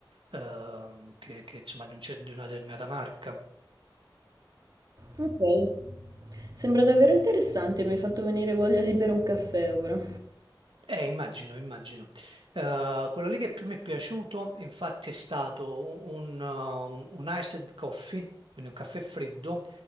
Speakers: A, on the right; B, on the right.
A: ehm, che, che, insomma di, un cer- di una determinata marca.
B: ok. Sembra davvero interessante, mi hai fatto venire voglia di bere un caffè ora.
A: Eh, immagino, immagino. Eh, quello lì che più mi è piaciuto, infatti, è stato un, un, un iced coffee, quindi un caffè freddo